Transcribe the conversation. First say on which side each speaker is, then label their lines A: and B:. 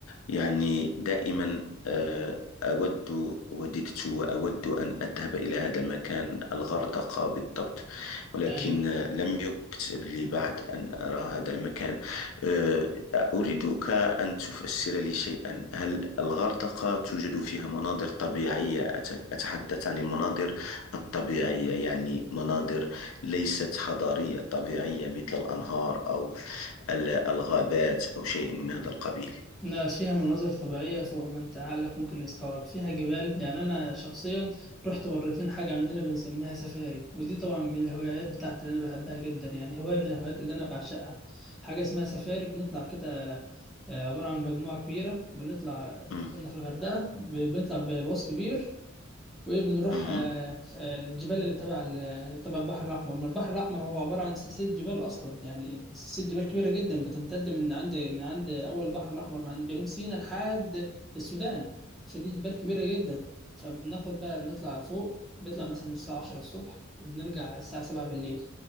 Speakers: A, on the left (about 80°); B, in the centre.
A: يعني دائما آه، أود وددت وأود أن أذهب إلى هذا المكان الغردقة بالضبط ولكن
B: أيوة
A: آه، لم يكتب لي بعد أن أرى هذا المكان آه، أريدك أن تفسر لي شيئا هل الغردقة توجد فيها مناظر طبيعية أت- أتحدث عن المناظر الطبيعية يعني مناظر ليست حضارية طبيعية مثل الأنهار أو ال- الغابات أو شيء من هذا القبيل
B: لا فيها مناظر طبيعية فوق ما أنت عقلك ممكن يستوعب فيها جبال يعني أنا شخصيا رحت مرتين حاجة عندنا بنسميها سفاري ودي طبعا من الهوايات بتاعتي اللي أنا بحبها جدا يعني هواية من الهوايات اللي أنا بعشقها حاجة اسمها سفاري بنطلع كده آه، عبارة عن مجموعة كبيرة بنطلع
A: مم.
B: كنا في الغردقة ب- بنطلع بباص كبير وبنروح
A: مم.
B: آه، آه، الجبال اللي تبع ال- تبع البحر الأحمر ما البحر الأحمر هو عبارة عن سلسلة جبال أصلا يعني سلسلة جبال كبيرة جدا بتمتد من عند من عند أول البحر الأحمر من عند جنوب سيناء لحد السودان فدي جبال كبيرة جدا فبناخد بقى نطلع فوق بنطلع مثلا الساعة 10 الصبح وبنرجع الساعة 7 بالليل